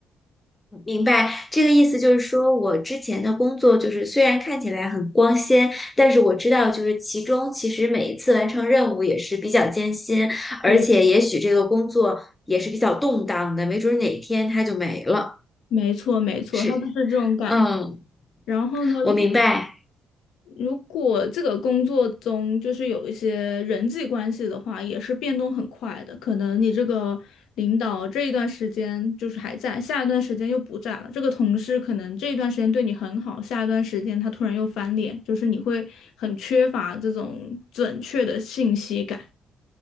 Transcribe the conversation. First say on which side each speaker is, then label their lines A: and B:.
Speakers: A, on the left; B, on the left.
A: 明白，这个意思就是说，我之前的工作就是虽然看起来很光鲜，但是我知道就是其中其实每一次完成任务也是比较艰辛，
B: 对，
A: 而且也许这个工作也是比较动荡的，没准儿哪一天它就没了。
B: 没错，没错，
A: 是，
B: 它就是这种感觉。
A: 嗯，
B: 然后呢，如果
A: 我明白。
B: 如果这个工作中就是有一些人际关系的话，也是变动很快的。可能你这个领导这一段时间就是还在，下一段时间又不在了。这个同事可能这一段时间对你很好，下一段时间他突然又翻脸，就是你会很缺乏这种准确的信息感。